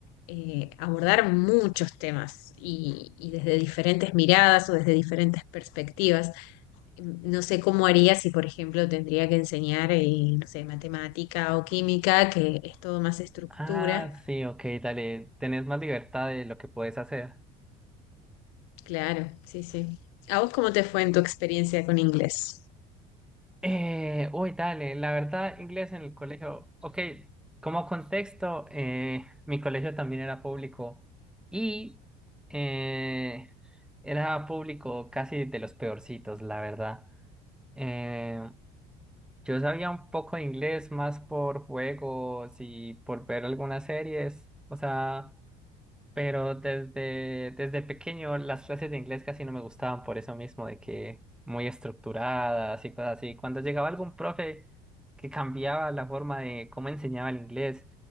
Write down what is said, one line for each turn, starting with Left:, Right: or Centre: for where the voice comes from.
Left: eh, abordar muchos temas y, y desde diferentes miradas o desde diferentes perspectivas. No sé cómo haría si, por ejemplo, tendría que enseñar, eh, no sé, matemática o química, que es todo más estructura.
Centre: Ah, sí, ok, dale, tenés más libertad de lo que puedes hacer.
Left: Claro, sí, sí. ¿A vos cómo te fue en tu experiencia con inglés?
Centre: Eh, uy, dale, la verdad, inglés en el colegio, ok, como contexto, eh, mi colegio también era público y eh, era público casi de los peorcitos, la verdad. Eh, yo sabía un poco de inglés más por juegos y por ver algunas series, o sea... Pero desde, desde pequeño las clases de inglés casi no me gustaban por eso mismo, de que muy estructuradas y cosas así. Cuando llegaba algún profe que cambiaba la forma de cómo enseñaba el inglés,